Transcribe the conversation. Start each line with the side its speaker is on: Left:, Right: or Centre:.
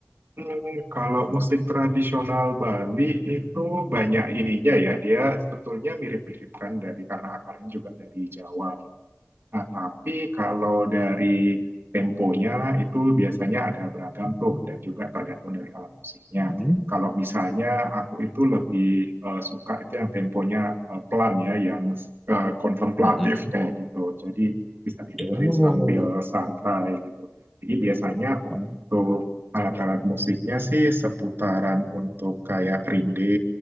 Right: Hmm, kalau musik tradisional Bali itu banyak ininya ya, dia sebetulnya mirip-mirip kan dari karena akarnya juga dari Jawa. gitu. Nah, tapi kalau dari temponya itu biasanya ada beragam tuh dan juga tergantung dari alat musiknya.
Centre: Hmm.
Right: Kalau misalnya aku itu lebih eh, suka itu yang temponya eh, pelan ya, yang eh, kontemplatif
Centre: Mm-mm.
Right: kayak gitu. Jadi bisa didengerin
Centre: Oh.
Right: sambil santai gitu. Jadi biasanya untuk
Centre: Hmm,
Right: alat-alat musiknya sih seputaran untuk kayak rinde,